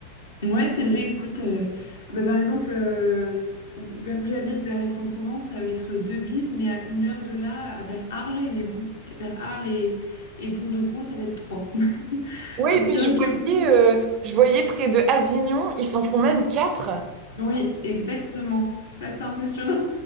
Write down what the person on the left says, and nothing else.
Ouais, c'est vrai, écoute, euh, bah, par exemple, euh, vers où j'habite, vers Aix-en-Provence, ça va être deux bises, mais à une heure de là, à- vers Arles et les Bou- vers Arles et, et Pont-de-Gros, ça va être trois. <laughs>
Donc
c'est vrai
que oui,
oui, exactement. Ça, c'est impressionnant.